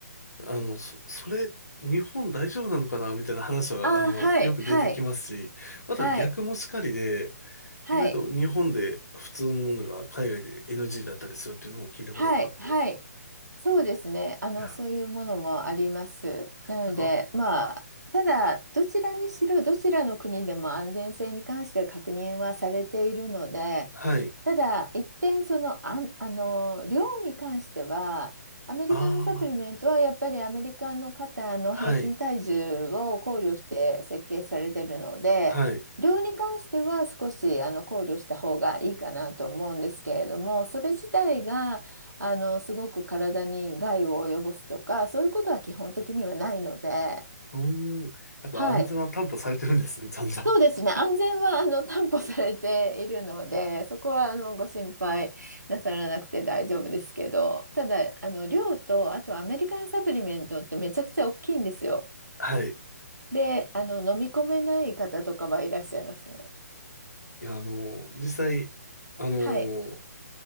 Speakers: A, on the left (about 70°); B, on the right (about 80°).
A: あの、そ、それ、日本大丈夫なのかなみたいな話は、
B: ああ、
A: あの、
B: はい、
A: よく出てきますし、
B: はい、
A: また逆もしかりで、
B: はい、はい。
A: 意外と日本で普通のものが海外で NG だったりするっていうのも聞いたことがあって。
B: はい、はい。そうですね。あの、
A: いや、
B: そういうものもあります。なので、
A: なんか、
B: まあ、ただ、どちらにしろ、どちらの国でも安全性に関しては確認はされているので、
A: はい。
B: ただ、一点、その、あん、あの、量に関しては、アメリカのサプリメントはやっぱりアメリカの方の平均体重を考慮して設計されているので、
A: ああ、はい、はい。
B: 量に関しては少しあの考慮した方がいいかなと思うんですけれども、それ自体が、あの、すごく体に害を及ぼすとか、そういうことは基本的にはないので、
A: うーん。やっぱ安全は担保されてるんですね、
B: はい。
A: ちゃんと。
B: そうですね。
A: <laughs>
B: 安全は、あの、担保されているので、そこは、あの、ご心配なさらなくて大丈夫ですけど、ただ、あの、量と、あとアメリカのサプリメントってめちゃくちゃ大きいんですよ。
A: はい。
B: で、あの、飲み込めない方とかはいらっしゃいますね。
A: いや、あの、実際、あの、
B: はい。